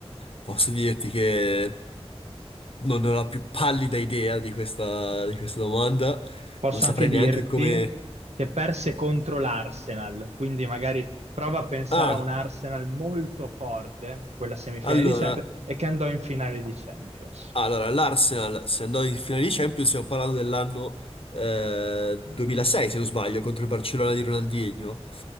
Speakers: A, on the left; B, on the right.
A: Posso dirti che non ho la più pallida idea di questa, di questa domanda.
B: Posso
A: Non saprei
B: anche dirti
A: neanche come.
B: che perse contro l'Arsenal, quindi magari prova a pensare
A: Ah!
B: a un Arsenal molto forte, quella semifinale
A: Allora,
B: di Champions, e che andò in finale di Champions.
A: allora, l'Arsenal, se andò in finale di Champions, stiamo parlando dell'anno eh, 2006, se non sbaglio, contro il Barcellona di Ronaldinho.